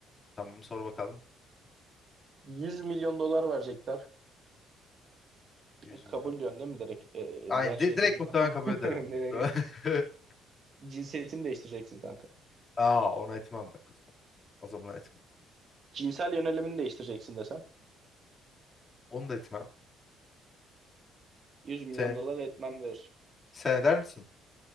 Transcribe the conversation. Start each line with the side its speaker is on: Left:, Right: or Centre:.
Left: Tamam sor bakalım.
Right: 100 milyon dolar verecekler.
Left: 100
Right: E, kabul
Left: milyon.
Right: diyorsun değil mi direkt? E,
Left: Aynı.
Right: e, diğer şeyi
Left: di- direkt
Right: duymana.
Left: muhtemelen kabul
Right: <laughs>
Left: ederim.
Right: Nereye?
Left: <laughs>
Right: Cinsiyetini değiştireceksin kanka.
Left: Aa ona etmem bak. O zaman O zaman etmem.
Right: Cinsel yönelimini değiştireceksin desem.
Left: Onu da etmem.
Right: 100 milyon
Left: Sen,
Right: dolar etmem diyorsun.
Left: sen eder misin?